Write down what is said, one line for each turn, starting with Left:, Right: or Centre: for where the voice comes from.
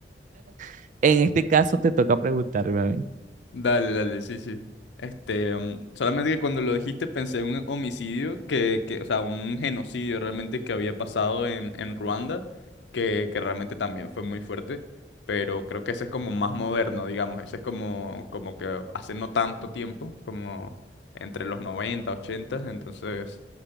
Right: <laughs> en este caso te toca preguntarme a mí,
Left: Dale, dale, sí, sí. Este, mm, solamente que cuando lo dijiste pensé en un homicidio que, que, o sea, un genocidio realmente que había pasado en, en Ruanda, que, que realmente también fue muy fuerte, pero creo que ese es como más moderno, digamos, ese es como, como que hace no tanto tiempo, como entre los 90 80, entonces